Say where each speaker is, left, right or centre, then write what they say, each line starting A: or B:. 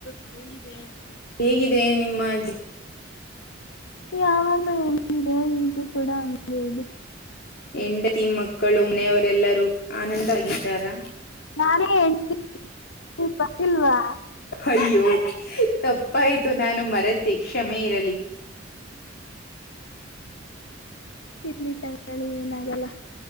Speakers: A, on the left (about 70°); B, on the left (about 55°).
A: <unintelligible>
B: ಹೇಗಿದೆ ನಿಮ್ಮ ಜೀ
A: ಯಾವಾಗ್ಲೂ ಹೆಂಗ ಇದೆ ಈಗ್ಲೂ ಕೂಡ ಹಂಗೆ ಇದೆ
B: ಹೆಂಡತಿ ಮಕ್ಕಳು ಮನೆಯವರೆಲ್ಲರೂ ಆನಂದವಾಗಿದ್ದಾರಾ
A: ನಾನೇ ಹೆಂಡ್ತಿ <unintelligible> ಗೊತ್ತಿಲ್ವಾ
B: ಅಯ್ಯೋ ತಪ್ಪಾಯ್ತು ನಾನು ಮರೆತ್ ತ್ತಿ ಕ್ಷಮೆ ಇರಲಿ.
A: ಇರ್ಲಿ ತಗಳಿ ಏನಾಗಲ್ಲಾ